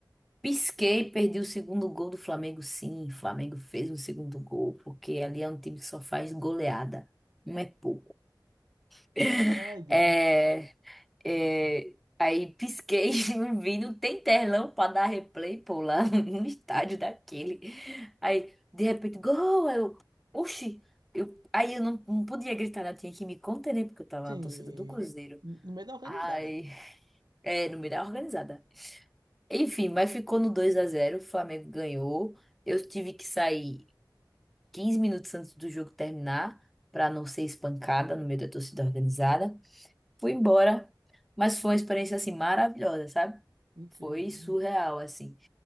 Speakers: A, in the centre; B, on the right.
A: Pisquei, perdi o segundo gol do Flamengo, sim. O Flamengo fez um segundo gol, porque ali é um time que só faz goleada. Não é pouco. <laughs>
B: Ai, Deus.
A: É, é, aí pisquei, <laughs> não vi, não tem telão pra dar replay, pô, lá no estádio daquele. Aí, de repente, gol! Aí Eu, oxi! Eu, aí eu não, não podia gritar, né? Eu tinha que me conter, né? Porque eu tava
B: Sim,
A: na torcida do Cruzeiro.
B: no meio da organizada.
A: Ai, é, não me dá organizada. Enfim, mas ficou no 2 a zero o Flamengo ganhou. Eu tive que sair 15 minutos antes do jogo terminar para não ser espancada no meio da torcida organizada. Fui embora, mas foi uma experiência assim maravilhosa, sabe?
B: Incrível.
A: Foi surreal assim.